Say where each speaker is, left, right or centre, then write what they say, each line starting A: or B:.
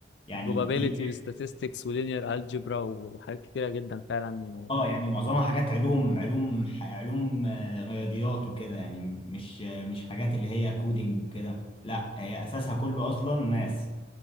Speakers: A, on the left (about 30°); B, on the left (about 80°).
A: يعني
B: probability
A: دي
B: و statistics و linear algebra وحاجات كتيره جدا فعلا
A: اه يعني معظمها حاجات علوم علوم ح- علوم آه، رياضيات وكده يعني مش آه، مش حاجات اللي هي كودينج وكده لا هي اساسها كله اصلا ماس